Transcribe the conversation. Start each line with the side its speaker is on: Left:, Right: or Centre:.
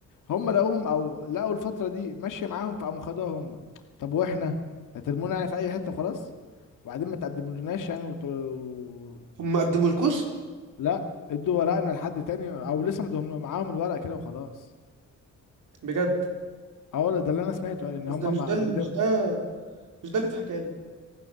Left: هم لقوهم او لقوا الفتره دي ماشيه معاهم فقاموا خدوها هم طب واحنا هترمونا يعني في اي حته وخلاص وبعدين ما تقدمولناش يعني وتقولوا
Right: هم ما قدمولكوش
Left: لا ادوا ورقنا لحد تاني او لسه مدهم معاهم الورق كده وخلاص
Right: بجد
Left: اه ده اللي انا سمعته يعني ان
Right: بس
Left: هم
Right: ده مش
Left: ما
Right: ده اللي-
Left: قدموا
Right: مش ده مش ده اللي اتحكى لي